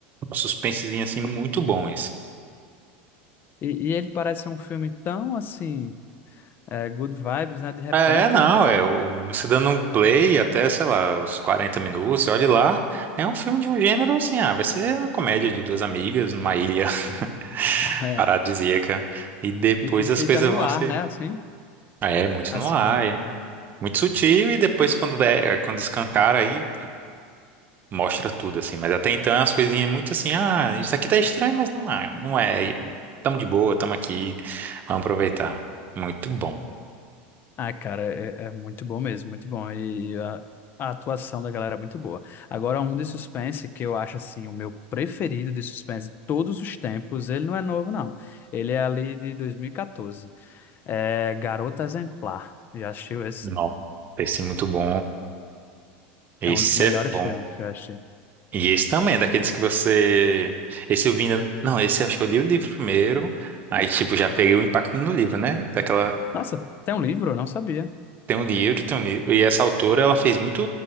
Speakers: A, on the right; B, on the left.
A: Um suspensezinho assim, muito bom esse.
B: E, e ele parece ser um filme tão assim, é, good vibes, né? De repente,
A: É, não, é, o- você dando um play até, sei lá, os 40 minutos, você olha lá, é um filme de um gênero assim, ah, vai ser uma comédia de duas amigas numa ilha <laughs>
B: <laughs>
A: paradisíaca, e depois
B: e, e fica
A: as coisas
B: no
A: vão
B: ar,
A: ser.
B: né? Assim,
A: É, muito
B: As-
A: no ar, é. Muito sutil e depois quando é, quando escancara aí mostra tudo assim, mas até então é umas coisinhas muito assim, ah, isso aqui tá estranho, mas não é, não é. E Tamo de boa, tamo aqui, vamos aproveitar. Muito bom.
B: ah, cara, é, é muito bom mesmo, muito bom. E a, a atuação da galera é muito boa. Agora, um de suspense que eu acho assim, o meu preferido de suspense de todos os tempos. Ele não é novo, não. Ele é ali de 2014. É Garota Exemplar. Já assistiu esse?
A: Não, esse é muito bom. Esse
B: É um dos melhores
A: é bom.
B: filmes que eu achei.
A: E esse também, é daqueles que você. Esse eu vi. ainda- Não, esse eu acho que eu li o livro primeiro. Aí, tipo, já peguei o impacto no livro, né? Daquela.
B: Nossa, tem um livro? Eu não sabia.
A: Tem um livro, tem um livro. E essa autora, ela fez muito,